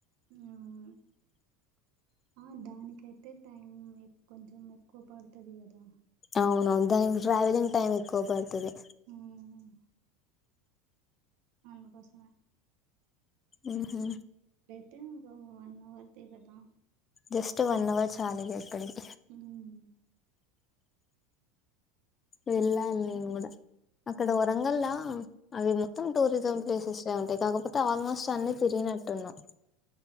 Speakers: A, on the right; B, on the left.
A: ఆ ఆ దానికైతే టైం కొంచెం ఎక్కువ పడుతది కదా
B: అవును దానికి ట్రవెలింగ్ టైమ్ ఎక్కువ బడుతది
A: హ్మ్మ్ అందుకోసమే
B: ఉహు
A: ట్టు ఆ వన్ అవర్దే కదా
B: జస్ట్ వన్ అవర్ చాలేదే ఎక్కడికి
A: ఉమ్
B: వెళ్ళాను నేను కూడా అక్కడ వరంగల్లా అవి మొత్తం టూరిజం ప్లేసెస్సే ఉంటాయి కాకపోతే ఆల్మోస్ట్ అన్ని తిరిగి నట్టునావ్